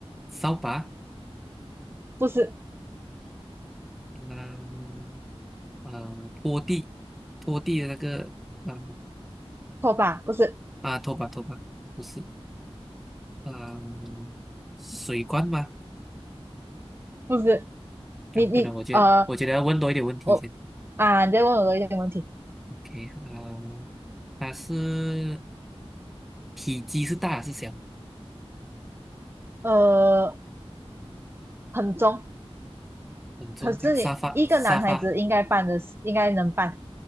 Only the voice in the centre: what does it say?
扫把，
那啊、拖地，拖地的那个啊
啊，拖把拖把不是啊、水罐吗？
啊，不能，我觉得我觉得要问多一点问题先。
OK，啊、它是体积是大是小？
很重，
这样沙发沙发